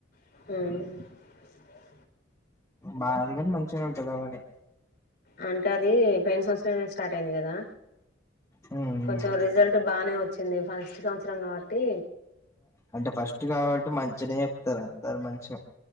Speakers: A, on the left (about 55°); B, on the left (about 15°).
A: మ్
B: బాది కాని మంచిగానే ఉంటంది అవని
A: అంటే అది పోయిన సంవత్సరమే స్టార్ట్ అయింది కదా
B: ఇగ
A: కొంచెం రిజల్ట్ బాగానే వచ్చింది ఫస్ట్ సంవత్సరం కాబట్టి
B: అంటే ఫస్ట్ కాబట్టి మంచిగనే చెప్తారు అందరు మంచిగా